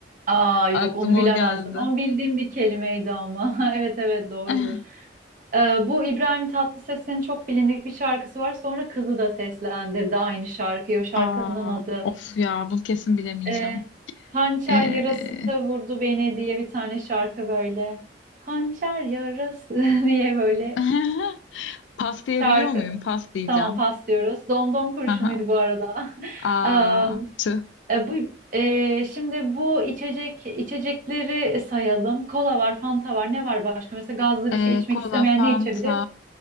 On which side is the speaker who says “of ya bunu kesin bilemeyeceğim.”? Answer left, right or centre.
Left